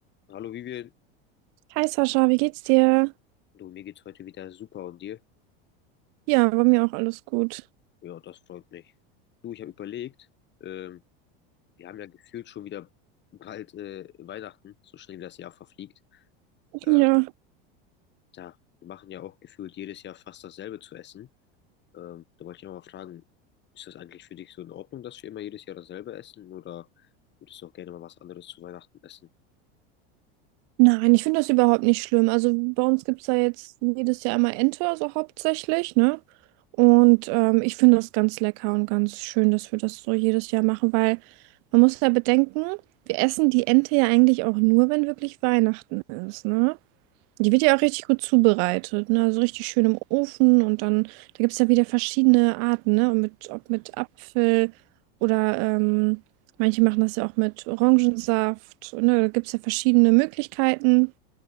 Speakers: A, on the left (about 35°); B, on the right (about 60°).
A: Hallo Vivian,
B: Hi Sascha, wie geht's dir?
A: du, mir geht's heute wieder super und dir?
B: Ja, bei mir auch alles gut.
A: Ja, das freut mich. Du, ich habe überlegt, ähm, wir haben ja gefühlt schon wieder bald äh, Weihnachten, so schnell wie das Jahr verfliegt. Äh,
B: Ja.
A: da, wir machen ja auch gefühlt jedes Jahr fast dasselbe zu essen. Ähm, da wollte ich auch mal fragen, ist das eigentlich für dich so in Ordnung, dass wir immer jedes Jahr dasselbe essen oder würdest du auch gerne mal was anderes zu Weihnachten essen?
B: Nein, ich finde das überhaupt nicht schlimm. Also bei uns gibt es ja jetzt jedes Jahr einmal Ente, also hauptsächlich, ne? Und ähm, ich finde das ganz lecker und ganz schön, dass wir das so jedes Jahr machen, weil man muss ja bedenken, wir essen die Ente ja eigentlich auch nur, wenn wirklich Weihnachten ist, ne? Die wird ja auch richtig gut zubereitet, ne? Also richtig schön im Ofen und dann, da gibt es ja wieder verschiedene Arten, ne? Und mit, ob mit Apfel oder ähm, manche machen das ja auch mit Orangensaft, ne? Da gibt es ja verschiedene Möglichkeiten.